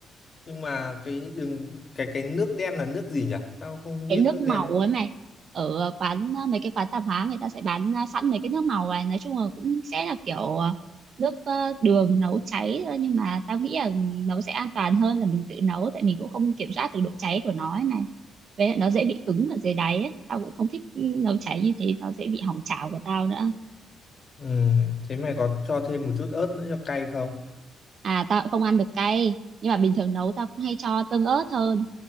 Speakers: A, on the left (about 40°); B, on the right (about 55°).
A: nhưng mà cái đường cái cái nước đen là nước gì nhỉ? Tao không
B: cái
A: biết
B: nước
A: nước
B: màu
A: đen.
B: ấy mày ở ờ, quán ờ, mấy cái quán tạp hóa người ta sẽ bán ờ, sẵn mấy cái nước màu này nói chung là cũng sẽ là kiểu ờ, nước ờ, đường nấu cháy thôi nhưng mà tao nghĩ là nấu sẽ an toàn hơn là mình tự nấu tại mình cũng không kiểm soát được độ cháy của nó ấy này với lại nó dễ bị cứng ở dưới đáy ấy tao cũng không thích ừ, nấu cháy như thế nó dễ bị hỏng chảo của tao nữa
A: Ừ, thế mày có cho thêm một chút ớt nữa cho cay không?
B: à tao cũng không ăn được cay nhưng mà bình thường nấu tao cũng hay cho tương ớt hơn